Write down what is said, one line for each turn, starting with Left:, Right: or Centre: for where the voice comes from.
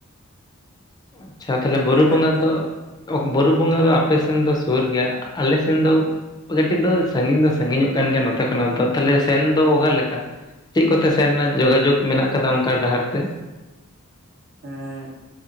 Left: ᱟᱪᱪᱷᱟ ᱛᱟᱦᱚᱞᱮ ᱵᱩᱨᱩ
Right: ᱛᱤᱱᱟᱹᱜ
Left: ᱵᱚᱸᱜᱟ
Right: ᱜᱟᱱ ᱛᱮ
Left: ᱫᱚ ᱵᱩᱨᱩ ᱵᱚᱸᱜᱟ ᱫᱚ ᱟᱯᱮ ᱥᱮᱱ ᱫᱚ ᱥᱩᱨ ᱜᱮᱭᱟ ᱟᱞᱮ ᱥᱮᱱ ᱫᱚ ᱠᱟᱹᱴᱤᱡ ᱫᱚ ᱥᱟᱺᱜᱤᱧ ᱫᱚ ᱥᱟᱺᱜᱤᱧᱚᱜ ᱠᱟᱱ ᱜᱮᱭᱟ ᱱᱚᱛᱮ ᱠᱷᱚᱱᱟᱜ ᱫᱚ ᱛᱟᱦᱞᱮ ᱥᱮᱱ ᱫᱚ ᱚᱠᱟ ᱞᱮᱠᱟ? ᱪᱮᱫ ᱠᱚᱛᱮ ᱥᱮᱱ ᱨᱮᱱᱟᱜ ᱡᱳᱜᱟ-ᱡᱳᱜᱽ ᱢᱮᱱᱟᱜ ᱟᱠᱟᱫᱟ ᱚᱱᱠᱟ ᱰᱟᱦᱟᱨ ᱛᱮ?
Right: ᱮᱸᱜ